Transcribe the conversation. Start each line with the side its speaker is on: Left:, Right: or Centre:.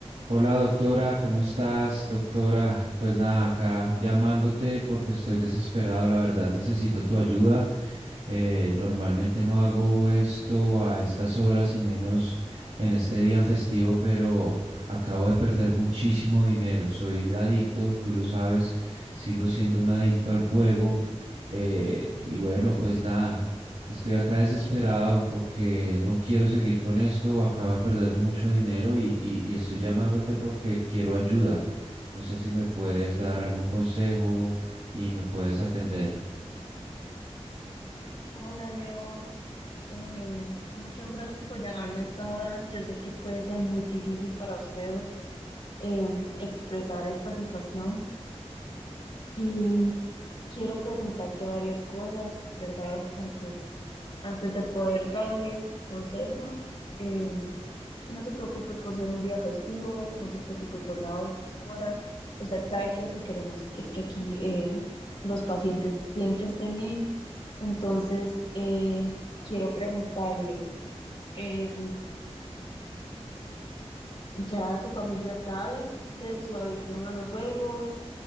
Right: Hola doctora, ¿cómo estás? Doctora, pues nada, acá llamándote porque estoy desesperado, la verdad necesito tu ayuda. Eh, normalmente no hago esto a estas horas y menos en este día festivo, pero acabo de perder muchísimo dinero. Soy adicto, tú lo sabes, sigo siendo un adicto al juego. eh, y bueno, pues nada. Estoy acá desesperado porque no quiero seguir con esto. Acabo de perder mucho dinero y, y- y estoy llamándote porque quiero ayuda. No sé si me puedes dar algún consejo y me puedes atender.
Left: Hola Leo, Em, muchas gracias por llamarme hasta ahora. Yo sé que puede ser muy difícil para usted em, expresar esta situación y quiero preguntarte varias cosas, ¿verdad? Antes antes de poder darle consejos, eh, no se preocupe por ser un día festivo, no se preocupe por la hora. Usted sabe que lo que queremos es que aquí eh, los pacientes siempre estén bien. Entonces, eh, quiero preguntarle, eh, ¿ya su familia sabe de su adicción a los juegos?